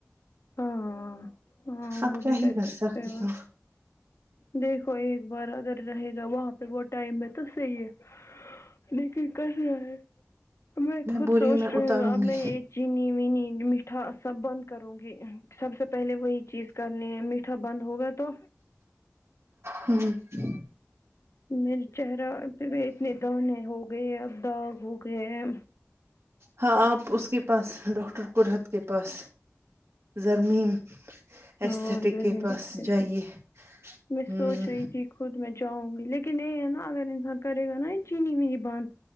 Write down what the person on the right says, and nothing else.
اپ
کیا
ہی کر
سکتی ہو
بوری
میں
اتاروں
گی
ہاں جی
ہاں آپ اس کے پاس ڈاکٹر کررہت کے پاس زرمیم اسٹیک
کے پاس
جائیے
ہ